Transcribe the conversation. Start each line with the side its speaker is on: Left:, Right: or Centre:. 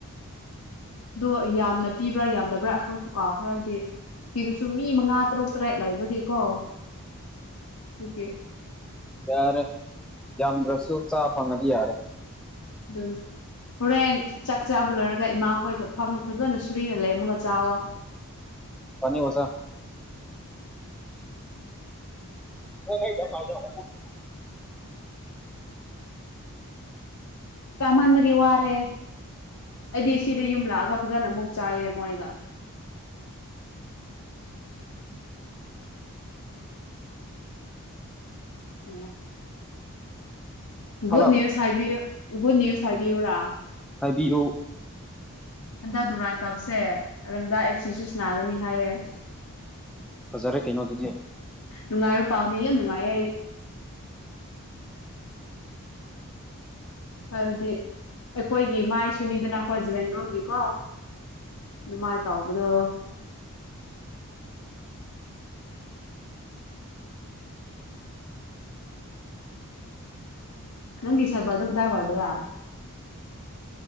Left: ꯑꯗꯣ ꯌꯥꯝꯅ ꯄꯤꯕ꯭ꯔ ꯌꯥꯝꯗꯕ꯭ꯔ ꯑꯩꯈꯣꯏꯁꯨ ꯀꯥꯎꯈ꯭ꯔꯦ ꯑꯗꯨꯗꯤ ꯁꯤꯗꯁꯨ ꯃꯤ ꯃꯉꯥ ꯇꯔꯨꯛ ꯇꯔꯦꯠ ꯂꯕꯒꯤꯀꯣ ꯑꯗꯨꯒꯤ
Centre: ꯌꯥꯔꯦ ꯌꯥꯝꯗ꯭ꯔꯁꯨ ꯆꯥ ꯐꯪꯉꯗꯤ ꯌꯥꯔꯦ
Left: ꯑꯗꯨꯝ ꯍꯣꯔꯦꯟ ꯆꯥꯛ ꯆꯥꯕ ꯂꯣꯏꯔꯒ ꯏꯃꯥꯈꯣꯏꯒ ꯐꯝꯃ ꯐꯖꯅ ꯁꯨꯔꯤꯅ ꯂꯩꯝꯃꯒ ꯆꯥꯋꯣ
Centre: ꯐꯅꯤ ꯑꯣꯖꯥ <unintelligible>
Left: ꯆꯃꯟꯕꯒꯤ ꯋꯥꯔꯦ ꯑꯩꯗꯤ ꯁꯤꯗ ꯌꯨꯝ ꯂꯥꯛꯑꯒ ꯐꯖꯅ ꯑꯃꯨꯛ ꯆꯥꯏꯌꯦ ꯃꯣꯏꯒ <inaudible> <unintelligible> ꯒꯨꯗ
Centre: ꯍꯜꯂꯣ
Left: ꯅꯌꯨꯁ ꯍꯥꯏꯕꯤꯌꯨ ꯒꯨꯗ ꯅ꯭ꯌꯨꯁ ꯍꯥꯏꯕꯤꯌꯨꯔꯥ
Centre: ꯍꯥꯏꯕꯤꯔꯨ
Left: ꯍꯟꯗꯛ ꯗꯨꯔꯥꯟ ꯀꯞꯁꯦ ꯔꯪꯗꯥ ꯑꯦꯞ ꯁꯤ ꯁꯨ ꯁꯅꯥꯒꯅꯤ ꯍꯥꯏꯌꯦ
Centre: ꯐꯖꯔꯦ ꯀꯩꯅꯣꯗꯨꯗꯤ
Left: ꯅꯨꯡꯉꯥꯏꯕ ꯄꯥꯎꯅꯤ ꯌꯥꯝ ꯅꯨꯡꯉꯥꯏꯌꯦ ꯑꯩ ꯑꯗꯨꯗꯤ ꯑꯩꯈꯣꯏꯒꯤ ꯃꯥꯏꯁꯨꯅꯤꯗꯅ ꯑꯈꯣꯏꯒꯤ ꯖꯂꯦꯡꯔꯣꯡꯒꯤꯀꯣ ꯗꯨꯃꯥꯏ ꯇꯧꯕꯗꯣ
Centre: <inaudible>
Left: ꯅꯪꯒꯤ ꯁꯥꯢꯕꯔꯗꯣ ꯀꯗꯥꯏꯋꯥꯢꯗꯔꯥ